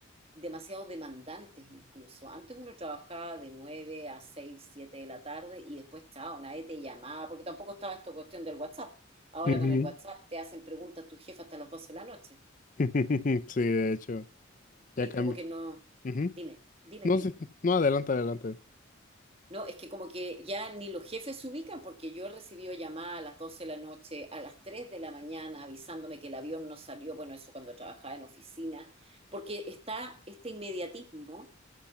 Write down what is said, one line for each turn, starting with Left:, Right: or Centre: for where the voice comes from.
Right: demasiado demandantes incluso. Antes uno trabajaba de 9 a 6 7 de la tarde y después, chao, nadie te llamaba, porque tampoco estaba esta cuestión del WhatsApp. Ahora
Left: ujú.
Right: con el WhatsApp te hacen preguntas tu jefa hasta las 12 de la noche.
Left: <laughs> Sí, de hecho, ya
Right: Sí,
Left: cambia.
Right: como que no.
Left: Ujú.
Right: Dime, dime,
Left: No
Right: dime.
Left: sé, no, adelante, adelante.
Right: No, es que como que ya ni los jefes se ubican porque yo he recibido llamadas a las 12 de la noche, a las 3 de la mañana, avisándome que el avión no salió, bueno, eso cuando trabajaba en oficina, porque está este inmediatismo